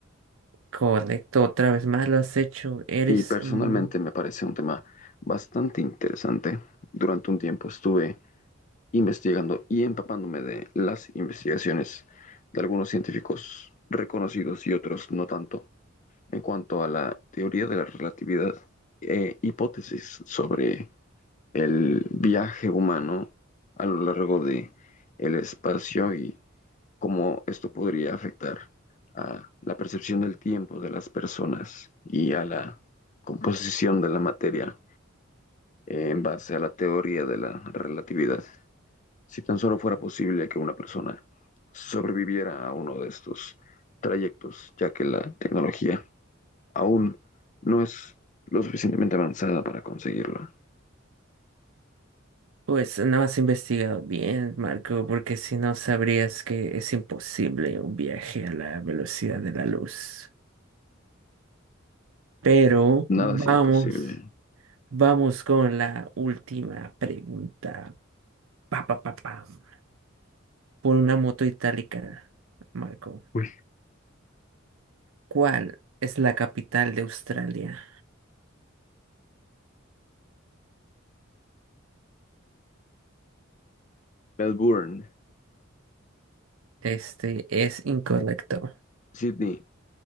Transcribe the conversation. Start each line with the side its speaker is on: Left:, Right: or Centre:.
Right: Correcto, otra vez más lo has hecho. Eres,
Left: Y personalmente
Right: mm,
Left: me parece un tema bastante interesante. Durante un tiempo estuve investigando y empapándome de las investigaciones de algunos científicos reconocidos y otros no tanto en cuanto a la teoría de la relatividad e hipótesis sobre el viaje humano a lo largo de el espacio y cómo esto podría afectar a la percepción del tiempo de las personas y a la composición de la materia en base a la teoría de la relatividad. Si tan solo fuera posible que una persona sobreviviera a uno de estos trayectos, ya que la tecnología Aún no es lo suficientemente avanzada para conseguirlo.
Right: pues, no has investigado bien, Marco, porque si no sabrías que es imposible un viaje a la velocidad de la luz. Pero
Left: Nada
Right: vamos,
Left: es imposible.
Right: vamos con la última pregunta. Pa, pa, pa, pam. por una moto itálica, Marco.
Left: Uy.
Right: ¿Cuál es la capital de Australia?
Left: Melbourne,
Right: Este es incorrecto.
Left: Sydney,